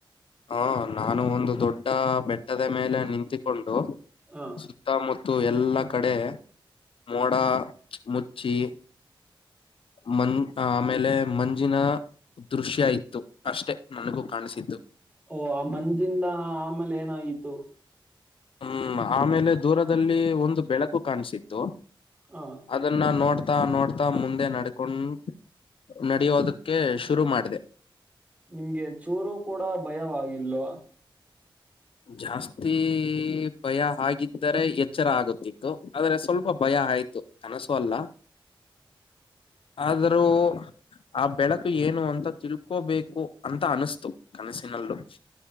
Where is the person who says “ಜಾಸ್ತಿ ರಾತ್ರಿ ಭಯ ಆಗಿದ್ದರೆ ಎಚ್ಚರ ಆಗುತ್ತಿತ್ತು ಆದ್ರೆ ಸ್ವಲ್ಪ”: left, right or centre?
Left